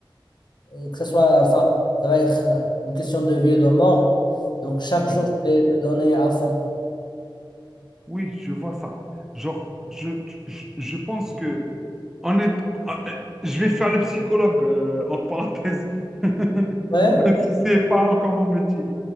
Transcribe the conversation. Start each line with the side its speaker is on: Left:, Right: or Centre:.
Left: Euh, que ce soit, enfin,
Centre: Oui,
Left: ça va être euh, une question de vie ou de mort. Donc, chaque
Centre: oui,
Left: jour, je vais me donner à fond.
Centre: oui, je vois ça. Genre, je, je, je pense que en est- ah, euh, je vais faire le psychologue, euh, entre parenthèses, <laughs> même
Left: Ouais,
Centre: si c'est pas encore mon métier.